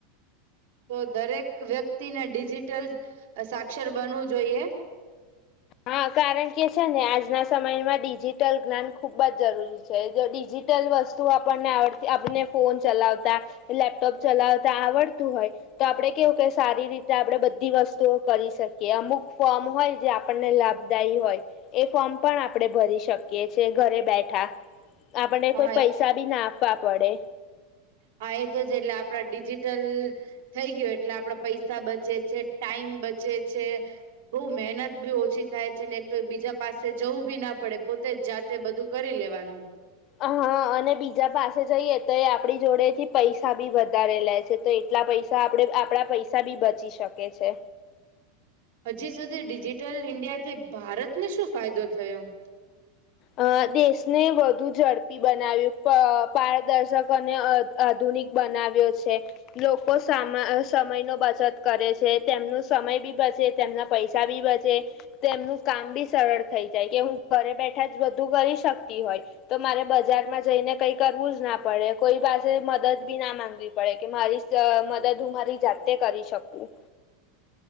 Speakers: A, on the right; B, on the left.
A: તો દરેક વ્યક્તિને ડિજિટલ સાક્ષર બનવું જોઈએ.
B: હા કારણ કે છે ને આજના સમયમાં ડિજિટલ જ્ઞાન ખુબ જ જરૂરી છે. છે જો ડિજિટલ વસ્તુઓ આપણને આવડતી આપણને ફોન ચલાવતા લેપટોપ ચલાવતા આવડતું હોય. તો આપડે કેવું કે સારી રીતે આપણે બધી વસ્તુઓ કરી શકીએ અમુક ફોર્મ હોય જે આપણને લાભદાયી હોય એ ફોર્મ પણ આપણે ભરી શકીએ છે એ ઘરે બેઠા આપણે
A: હા
B: કોઈ પૈસા બી ના આપવા પડે.
A: હા એ તો છે એટલે આપડા ડિજિટલ થઈ ગ્યું એટલે આપણે પૈસા બચે છે ટાઈમ બચે છે. બઉ મહેનત બી ઓછી થાય છે ને એક તો બીજા પાસે જવું બી ન પડે પોતે જ જાત તે બધું કરી લેવાનું.
B: હ અને બીજા પાસે જઈએ તો એ આપણી જોડે થી પૈસા બી વધારે લે છે તો એટલા પૈસા આપડે આપણા પૈસા બી બચી શકે છે.
A: હજી સુધી ડિજિટલ ઇન્ડિયાથી ભારતને શું ફાયદો થયો?
B: અ દેશને વધુ ઝડપી બનાવ્યું પ પારદર્શક અને <unintelligible> આધુનિક બનાવ્યો છે. લોકો સા સમય નો બચત કરે છે. તેમનું સમય બી બચે તેમના પૈસા બી બચે તેમનું કામ બી સરળ થઈ જાય કે હું ઘરે બેઠ શાયદ બધું કરી શકતી હોય. તો મારે બજારમાં જઈને કઈ કરવું જ ના પડે કોઈ પાસે મદદ બી ના માંગે. પડે કે મારી મદદ હું મારી જાતે કરી શકું.